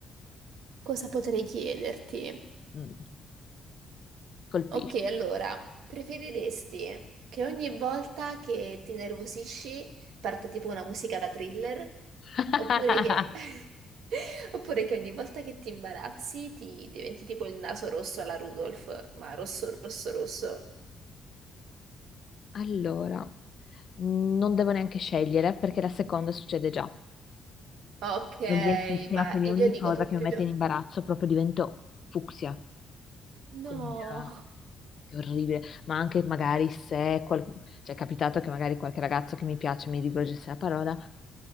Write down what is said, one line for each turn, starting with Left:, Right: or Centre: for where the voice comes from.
Right: Cosa potrei chiederti?
Left: Mm. Colpisci.
Right: Ok, allora, preferiresti che ogni volta che ti nervosisci parta tipo una musica da thriller?
Left: <laughs>
Right: Oppure che, <laughs> oppure che ogni volta che ti imbarazzi ti diventi tipo il naso rosso alla Rudolph, ma rosso, rosso, rosso.
Left: Allora, non devo neanche scegliere perché la seconda succede già.
Right: Ok,
Left: Sono bianchissima,
Right: ma
Left: quindi
Right: io
Left: ogni
Right: dico
Left: cosa
Right: proprio
Left: che mi mette in imbarazzo proprio divento fucsia. Quindi
Right: no,
Left: era è orribile, ma anche magari se qual- cioè, è capitato che magari qualche ragazzo che mi piace mi rivolgesse la parola